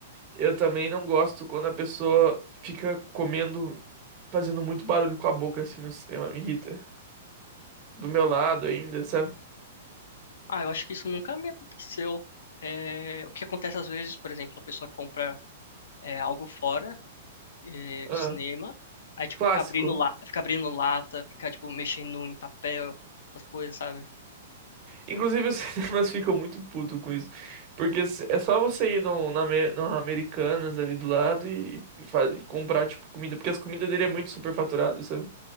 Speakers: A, on the right; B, on the left.
A: Eu também não gosto quando a pessoa fica comendo, fazendo muito barulho com a boca assim no cinema, me irrita. Do meu lado ainda, sabe?
B: Ah, eu acho que isso nunca me aconteceu. É, o que acontece às vezes, por exemplo, a pessoa compra é, algo fora é,
A: Ah,
B: do cinema. Aí, tipo,
A: clássico.
B: ficar abrindo, la... ficar abrindo lata, ficar, tipo, mexendo em papel, essas coisas, sabe?
A: Inclusive os <laughs> cinemas ficam muito putos com isso. Porque s- é só você ir no, na, Ame- no Americanas ali do lado e, e fa- e comprar, tipo, comida. Porque as comidas dele é muito superfaturado, sabe?